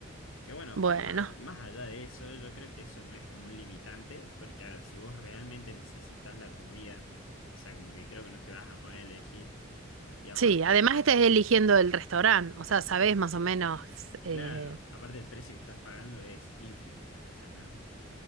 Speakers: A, on the left; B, on the right.
A: Que bueno,
B: Bueno.
A: más allá, más allá de eso, yo creo que eso no es como un limitante, porque a ver, si vos realmente necesitas la comida, o sea, como que creo que no te vas a poner a elegir. Y aparte,
B: Sí, además estás eligiendo el restaurante, o sea, sabes más o menos. eh,
A: Claro, aparte el precio que estás pagando es ínfimo, o sea, nada.